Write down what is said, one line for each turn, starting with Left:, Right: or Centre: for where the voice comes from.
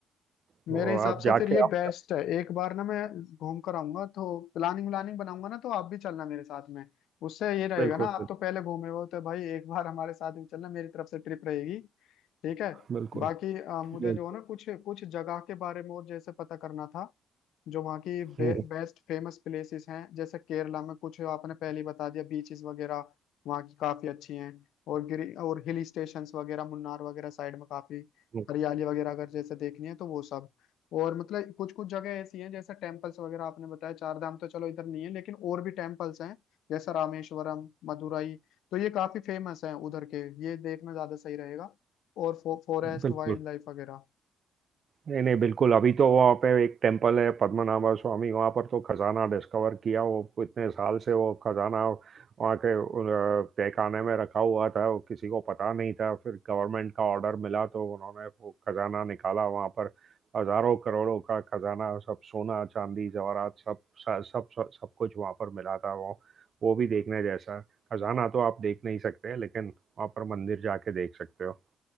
Right: तो
Left: मेरे हिसाब
Right: आप
Left: से
Right: जाके
Left: फिर ये
Right: आप
Left: बेस्ट है एक बार ना मैं घूम कर आऊंगा तो प्लानिंग व्लानिंग बनाऊंगा ना तो आप भी चलना मेरे साथ में उससे ये रहेगा
Right: बिल्कुल,
Left: ना आप
Right: बिल्कुल,
Left: तो पहले घूमे हो तो भाई एक बार हमारे साथ भी चलना मेरी तरफ से ट्रिप रहेगी ठीक है
Right: बिल्कुल।
Left: बाकी अ, मुझे
Right: बिल्कुल।
Left: जो है ना कुछ कुछ जगह के बारे में और जैसे पता करना था जो वहाँ की बे,
Right: हुँ,
Left: बेस्ट फेमस प्लेसेस हैं जैसे केरला में कुछ आपने पहले ही बता दिया बीचेस वगैरह वहाँ की काफी अच्छी हैं और गिरी और हिल स्टेशंस वगैरह मुन्नार वगैरह साइड में काफी
Right: हुँ,
Left: हरियाली वगैरह अगर जैसे देखनी है तो वो सब और मतलब कुछ कुछ जगह ऐसी हैं जैसे टेम्पल्स वगैरह आपने बताया चार धाम तो चलो इधर नहीं है लेकिन और भी टेम्पल्स हैं जैसा रामेश्वरम मदुराई तो ये काफी फेमस हैं उधर के ये देखना ज्यादा सही रहेगा और फो, फॉरेस्ट
Right: बिल्कुल।
Left: वाइल्ड लाइफ वगैरह
Right: नहीं नहीं बिल्कुल अभी तो वहाँ पे एक टेम्पल है पद्मनाभा स्वामी वहाँ पर तो खजाना डिस्कवर किया वो इतने साल से वो खजाना वहाँ के अ, तहखाने में रखा हुआ था वो किसी को पता नहीं था फिर गवर्नमेंट का ऑर्डर मिला तो उन्होंने वो खजाना निकाला वहाँ पर हजारों करोड़ों का खजाना सब सोना चांदी जवाहरात सब सब सब, सब कुछ वहाँ पर मिला था वो वो भी देखने जैसा है। खजाना तो आप देख नहीं सकते लेकिन वहाँ पर मंदिर जाके देख सकते हो